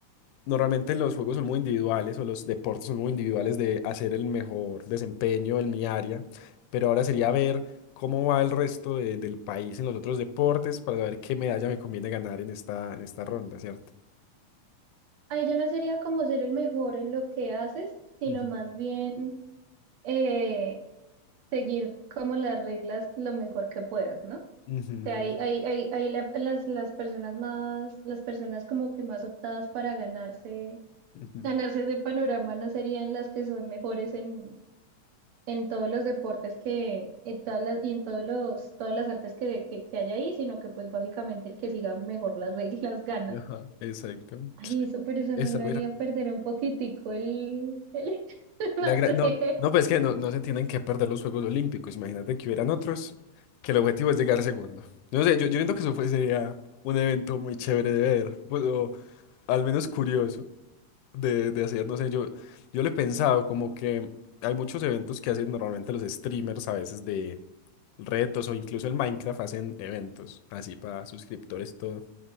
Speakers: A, on the left (about 85°); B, on the right (about 70°).
A: normalmente los juegos son muy individuales o los deportes son muy individuales de hacer el mejor desempeño en mi área, pero ahora sería ver cómo va el resto de- del país en los otros deportes para ver qué medalla me conviene ganar en esta, en esta ronda, ¿cierto?
B: Ahí ya no sería como ser el mejor en lo que haces, sino
A: Ujú.
B: más bien eh, seguir como las reglas lo mejor que puedas, ¿no?
A: Ujú,
B: sea,
A: exacto.
B: hay, hay, hay, hay la- las, las personas más, las personas como que más optadas para ganarse,
A: Ujú.
B: ganarse ese panorama no serían las que son mejores en, en todos los deportes que, en todas las, y en todos los, todas las artes que, que, que hay ahí, sino que pues básicamente el que siga mejor las reglas <laughs> gana.
A: Ajá, exacto.
B: Ay, eso, pero eso
A: Esa
B: no lo haría perder un poquitico el, el <laughs>
A: La
B: no sé.
A: gra- No, no, pues es que no, no se tienen que perder los Juegos Olímpicos. Imagínate que hubieran otros, que el objetivo es llegar segundo. No sé, yo, yo siento que eso fue- sería un evento muy chévere de ver, pues, o al menos curioso de, de hacer. No sé, yo, yo le he pensado como que hay muchos eventos que hacen normalmente los streamers a veces de retos o incluso el Minecraft hacen eventos así para suscriptores y todo.